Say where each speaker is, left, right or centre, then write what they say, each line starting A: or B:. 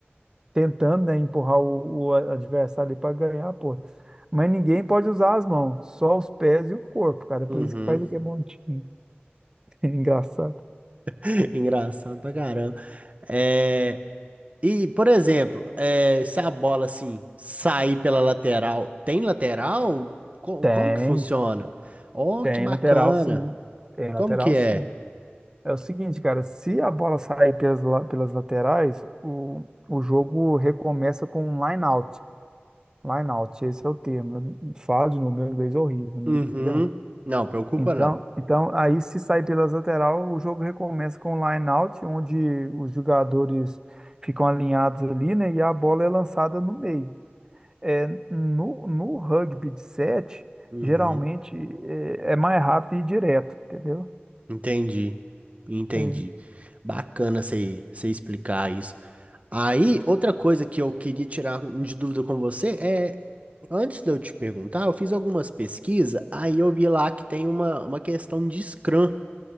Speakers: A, on the right; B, on the right.
A: tentando, né, empurrar o, o adversário para ganhar a posse. Mas ninguém pode usar as mãos, só os pés e o corpo, cara. Por
B: Uhum.
A: isso que faz aqui é bom <laughs> Engraçado.
B: <laughs> Engraçado pra caramba. É... E, por exemplo, é, se a bola assim sair pela lateral, tem lateral? Co-
A: Tem,
B: como que funciona? Oh,
A: tem
B: que bacana.
A: lateral sim. Tem lateral
B: Como que é?
A: sim. É o seguinte, cara, se a bola sair pelas, la- pelas laterais, o, o jogo recomeça com um line out. Line out, esse é o termo. Fala de novo, meu inglês é horrível, não
B: Uhum.
A: liga não.
B: Não, preocupa
A: Então,
B: não.
A: então, aí se sair pelas lateral, o jogo recomeça com um line-out, onde os jogadores ficam alinhados ali, né? E a bola é lançada no meio. É, no, no rugby de sete,
B: Uhum.
A: geralmente é, é mais rápido e direto, entendeu?
B: Entendi, entendi.
A: É.
B: Bacana você você explicar isso. Aí, outra coisa que eu queria tirar de dúvida com você é, antes de eu te perguntar, eu fiz algumas pesquisas, aí eu vi lá que tem uma, uma questão de Scrum.